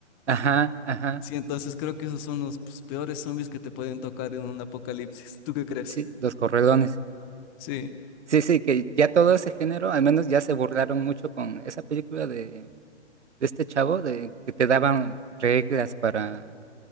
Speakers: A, on the right (about 75°); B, on the left (about 20°).
A: Ajá, ajá,
B: Sí, entonces creo que esos son los pues, peores zombies que te pueden tocar en un apocalipsis. ¿Tú qué crees?
A: sí, Los Correlones.
B: Sí.
A: Sí, sí, que ya todo ese género, al menos ya se burlaron mucho con esa película de, de este chavo, de que te daban reglas para,